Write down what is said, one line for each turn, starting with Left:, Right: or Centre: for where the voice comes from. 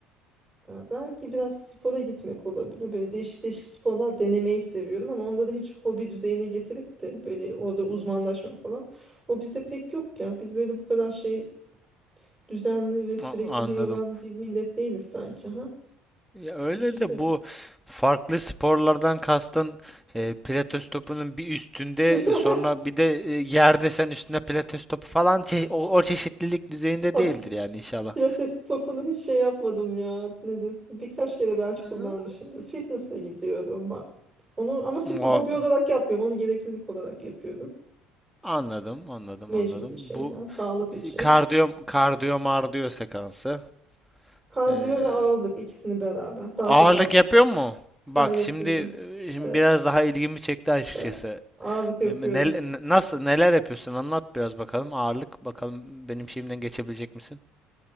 Right: Ha, Belki biraz spora gitmek olabilir. Böyle değişik değişik sporlar denemeyi seviyorum ama onda da hiç hobi düzeyine getirip de böyle orada uzmanlaşma falan. O bizde pek yok ya. Biz böyle bu kadar şey düzenli ve sürekliliği
Centre: A- anladım.
Right: olan bir millet değiliz sanki ha.
Centre: Ya öyle
Right: Düşünsene.
Centre: de bu farklı sporlardan kastın e, pilates topunun bir üstünde
Right: <laughs>
Centre: e, sonra bir de e, yerde sen üstünde pilates topu falan çe- o, o çeşitlilik düzeyinde
Right: Ha,
Centre: değildir
Right: pi-
Centre: yani inşallah.
Right: pilates topunu hiç şey yapmadım ya. Nedir? Birkaç kere belki
Centre: Ee,
Right: kullanmışımdır. Fitness'e gidiyordum bak. Onu ama spor,
Centre: O,
Right: hobi olarak yapmıyorum. Onu gereklilik olarak yapıyorum.
Centre: anladım, anladım,
Right: Mecbur
Centre: anladım.
Right: şeyden,
Centre: Bu
Right: sağlık
Centre: e,
Right: için.
Centre: kardiyo kardiyo mardiyo sekansı.
Right: Kardiyo
Centre: Ee,
Right: ve ağırlık ikisini beraber. Daha
Centre: ağırlık
Right: çok ağırlık.
Centre: yapıyor mu? Bak
Right: Ha, yapıyordum.
Centre: şimdi, e, şimdi
Right: Evet,
Centre: biraz daha ilgimi çekti açıkçası.
Right: evet. Ağırlık yapıyordum.
Centre: E, nel- nasıl neler yapıyorsun? Anlat biraz bakalım. Ağırlık bakalım benim şeyimden geçebilecek misin?